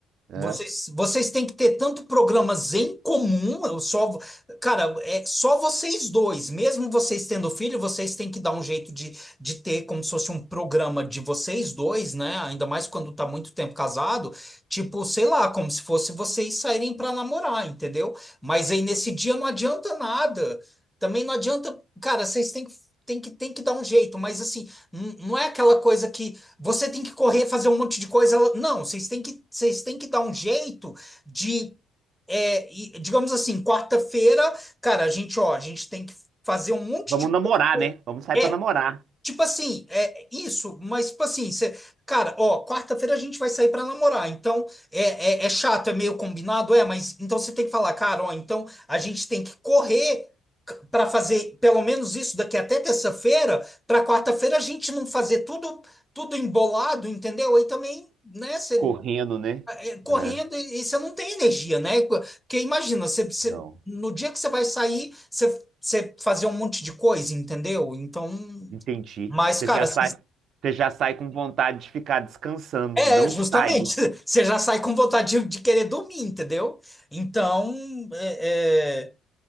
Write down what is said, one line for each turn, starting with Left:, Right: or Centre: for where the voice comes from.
Right: né?
Centre: vocês, vocês têm que ter tanto programas em comum, eu só, cara, é só vocês dois, mesmo vocês tendo filho, vocês têm que dar um jeito de, de ter como se fosse um programa de vocês dois, né? Ainda mais quando tá muito tempo casado, tipo, sei lá, como se fosse vocês saírem para namorar, entendeu? Mas aí nesse dia não adianta nada. Também não adianta, cara, vocês têm que Tem que, tem que dar um jeito, mas assim, n- não é aquela coisa que você tem que correr, fazer um monte de coisa. Não, vocês têm que, vocês têm que dar um jeito de, é, e, digamos assim, quarta-feira, cara, a gente, ó, a gente tem que fazer um monte
Right: Vamos
Centre: de
Right: namorar,
Centre: coisa.
Right: né? Vamos sair
Centre: É,
Right: pra namorar.
Centre: Tipo assim, é isso, mas tipo assim, cê- cara, ó, quarta-feira a gente vai sair pra namorar, então é, é, é chato, é meio combinado, é, mas então você tem que falar, cara, ó, então a gente tem que correr c- pra fazer pelo menos isso daqui até terça-feira, pra quarta-feira a gente não fazer tudo tudo embolado, entendeu? Aí também, né, você
Right: Correndo, né?
Centre: correndo
Right: É,
Centre: e você não tem energia, né? Porque imagina, você você-
Right: não.
Centre: no dia que você vai sair, você você fazer um monte de coisa, entendeu? Então
Right: Entendi.
Centre: mas,
Right: Você
Centre: cara,
Right: já
Centre: assim,
Right: sai, você já sai com vontade de ficar descansando
Centre: É,
Right: e não
Centre: justamente.
Right: de sair.
Centre: <laughs> Você já sai com vontade de de querer dormir, entendeu? Então, é,